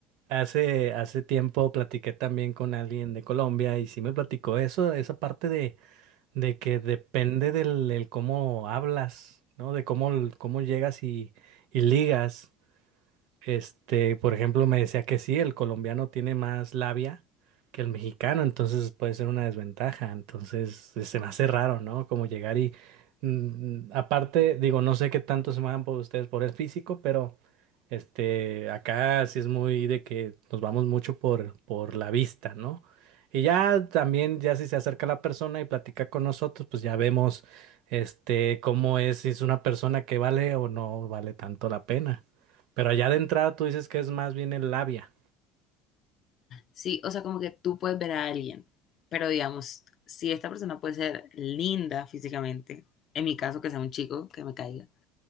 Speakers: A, on the right; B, on the left.
A: hace, hace tiempo platiqué también con alguien de Colombia y sí me platicó eso, esa parte de, de que depende del, del cómo hablas, ¿no? De cómo, cómo llegas y, y ligas. Este, por ejemplo, me decía que sí, el colombiano tiene más labia que el mexicano, entonces puede ser una desventaja. Entonces, eh, se me hace raro, ¿no? Como llegar y mm, aparte, digo, no sé qué tanto se van por ustedes por el físico, pero este, acá sí es muy de que nos vamos mucho por, por la vista, ¿no? Y ya también, ya si se acerca la persona y platica con nosotros, pues ya vemos, este, cómo es, si es una persona que vale o no vale tanto la pena. Pero allá de entrada tú dices que es más bien el labia.
B: Sí, o sea, como que tú puedes ver a alguien, pero digamos, si esta persona puede ser linda físicamente, en mi caso que sea un chico que me caiga,